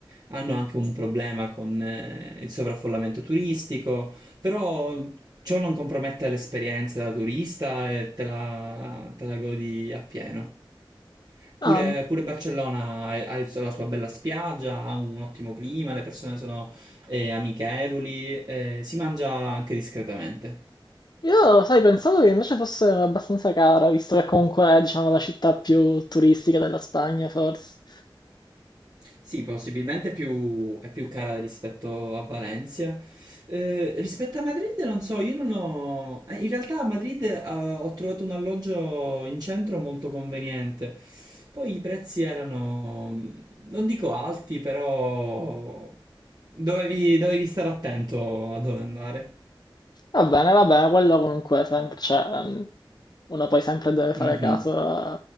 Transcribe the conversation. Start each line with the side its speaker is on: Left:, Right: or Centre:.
Right: hanno anche un problema con eh, il sovraffollamento turistico, però ciò non compromette l'esperienza da turista e te la, te la godi appieno.
Left: Ah,
Right: Pure, pure Barcellona ha ha il suo- la sua bella spiaggia, ha un ottimo clima, le persone sono eh, amichevoli, eh, si mangia anche discretamente.
Left: io, sai, pensavo che invece fosse abbastanza cara, visto che comunque è, diciamo, la città più turistica della Spagna, forse.
Right: Sì, possibilmente più è più cara rispetto a Valencia. Eh, rispetto a Madrid, non so, io non ho... eh, In realtà a Madrid, eh, ho trovato un alloggio in centro molto conveniente. Poi i prezzi erano, non dico alti, però dovevi, dovevi stare attento a dove andare.
Left: Va bene, va bene, quello comunque sempre, cioè, mh, uno poi sempre deve fare
Right: Mhm.
Left: caso a,